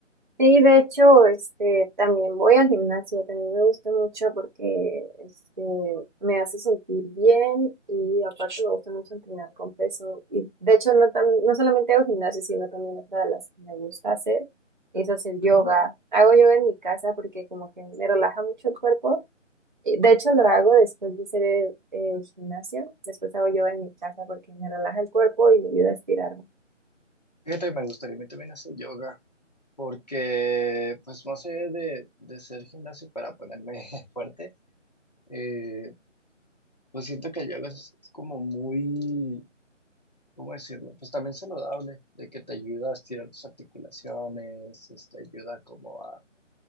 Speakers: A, on the right (about 40°); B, on the left (about 35°).
A: Sí, de hecho, este, también voy al gimnasio, también me gusta mucho porque este, me hace sentir bien y aparte me gusta mucho entrenar con peso. Y de hecho, no, tam- no solamente hago gimnasio, sino también otra de las que me gusta hacer es hacer yoga.
B: Ujú.
A: Hago yoga en mi casa porque como que me relaja mucho el cuerpo. Y De hecho, lo hago después de hacer el, el gimnasio, después hago yoga en mi casa porque me relaja el cuerpo y me ayuda a estirarme.
B: Fíjate, me gustaría a mí también hacer yoga, porque pues no sé de, de ser gimnasio para ponerme <laughs> fuerte, eh, pues siento que el yoga es como muy, ¿cómo decirlo? Pues también saludable, de que te ayuda a estirar tus articulaciones, este, ayuda como a